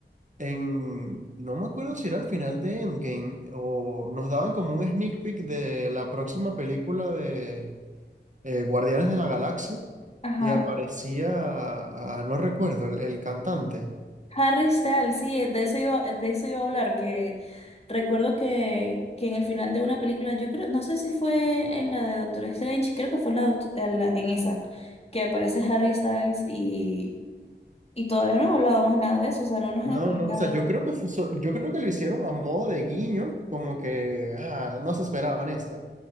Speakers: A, on the right (about 40°); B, on the left (about 35°).
A: en, no me acuerdo si era al final de Endgame o nos daban como un sneak peek de la próxima película de eh, Guardianes de la Galaxia
B: ajá.
A: y aparecía, ah, no recuerdo, el el cantante.
B: Harry Styles, sí, eh, de eso iba, eh, de eso iba a hablar, que recuerdo que, que en el final de una película, yo creo, no sé si fue en la de Doctor Strange, creo que fue en la, doct- en la- en esa, que aparece Harry Styles y, y todavía no han hablado más nada de eso, o sea, no nos han
A: No,
B: explicado.
A: no, o sea, yo creo que fue so- yo creo que lo hicieron a modo de guiño, como que ah, no se esperaban esta.